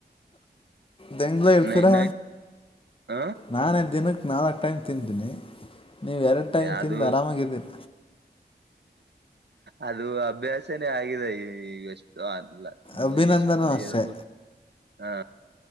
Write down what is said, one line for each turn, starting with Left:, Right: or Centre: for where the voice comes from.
Left: ಹೆಂಗ್ ಹೇಳ್ತೀರಾ
Right: ನೈ ನೈಟ್ ಹ
Left: ನಾನೇ ದಿನಕ್ಕೆ ನಾಲ್ಕು ಟೈಮ್ ತಂತೀನಿ ನೀವು ಎರಡು ಟೈಮ್
Right: ಅದು
Left: ತಿಂದು ಆರಾಮಾಗಿದ್ದೀನ
Right: ಅದು ಅಭ್ಯಾಸನೇ ಆಗಿದೆ ಈ ಈಗಷ್ಟು ಅ ಇಲ್ಲ ಮ
Left: ಅಭಿನಂದನೂ
Right: ಎಷ್ಟು
Left: ಅಷ್ಟೇ
Right: ಎರಡು ಮೂರು ಹಾ